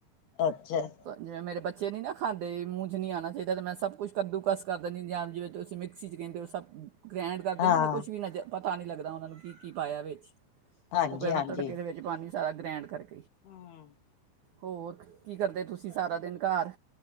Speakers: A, on the left; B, on the right.
A: ਅੱਛਾ
B: ਜਿਵੇਂ ਮੇਰੇ ਬ ਬੱਚੇ ਨੀ ਨਾ ਖਾਂਦੇ ਮੂੰਹ ਚ ਨੀ ਆਨਾ ਚਾਹੀਦਾ ਤੇ ਮੈਂ ਸਭ ਕੁਛ ਕੱਦੂ ਕਸ ਕਰ ਦੇਨੀ ਹੁਨੀ ਆ ਜਿਵੇ ਵਿੱਚ ਤੁਸੀਂ ਮਿਕਸੀ ਚ ਕਹਿੰਦੇ ਉਹ ਸਭ ਗ੍ਰੈਂਡ ਕਰਦੇ
A: ਹਾਂ,
B: ਏ ਨਾ ਨ ਕੁਛ ਵੀ ਨਾ ਜ ਪਤਾ ਨਹੀਂ ਲੱਗਦਾ ਉਹਨਾਂ ਨੂੰ ਕੀ ਕੀ ਪਾਇਆ ਵਿੱਚ
A: ਹਾਂਜੀ
B: ਉਹ ਫਿਰ
A: ਹਾਂਜੀ।
B: ਮੈਂ ਤੜਕੇ ਦੇ ਵਿੱਚ ਪਾ ਸਾਰਾ ਗ੍ਰੈਂਡ <inaudible>
A: ਹੂੰ,
B: ਹੋਰ ਕੀ ਕਰਦੇ ਤੁਸੀਂ ਸਾਰਾ ਦਿਨ ਘਾਰ